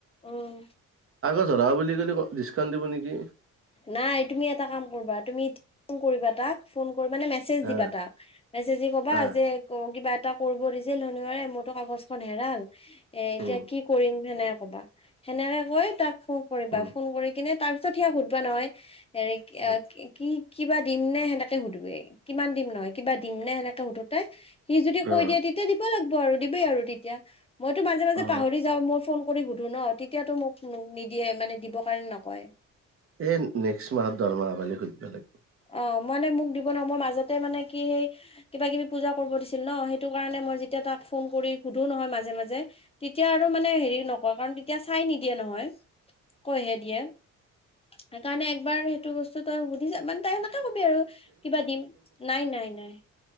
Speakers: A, on the left; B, on the right.
A: উম
B: <unintelligible> জৰা বুলি ক'লে ডিকাউণ্ট দিব নেকি।
A: নাই তুমি এটা কাম কৰিবা তুমি ফোন কৰিবা তাক ফোন মানে মেচেজ
B: হা
A: দিবা তাক, মচেজ দি কবা
B: হা
A: যে কিবা এটা কৰিব দিছিল শনিবাৰে মোৰতো কাগজখন হেৰাল। এ এতিয়া
B: উম
A: কি কৰিম সেনে কবা সেনেকে কৈ তাক ফোন কৰিবা
B: উম
A: ফোন কৰি কিনে তাক <unintelligible> সোধবো নহয়। এনে
B: উম
A: আহ কি কি। কিবা দিম নে সেনেকে সুধবি, কিমান দিম নহয় কিবা দিম নে সেনেকে সুধোতে সি যদি কৈ
B: অ
A: দিয়ে তেতিয়া দিব লাগ <unintelligible> আৰু দিমে আৰু তেতিয়া। মইতো মাজে মাজে
B: অ
A: পাহৰি যাওঁ মই ফোন কৰি সুধো ন তেতিয়াতো মোক নিদিয়ে মানে দিব কাৰণে নকয়।
B: এ নেক্সট মাহত দৰমহা পালে সুধবা লাগব।
A: অ', মানে মোক দিব নোৱাৰো মই মাজতে মানে কি সেই, কিবা কিবি পূজা কৰিব দিছে। হ্যালো হে সেইটো কাৰণে মই যেতিয়া তাক ফোন কৰি। সুধো নহয় মাজে মাজে। তেতিয়া আৰু মানে হেৰি ন কাৰণ তেতিয়া চাই নিদিয়ে নহয়। কৈহে দিয়ে সেইকাৰণে একবাৰ সেইটো বস্তু তই সুধিছাবা ন তোৰ মতে কবি আৰু কিবা দিম নাই নাই নাই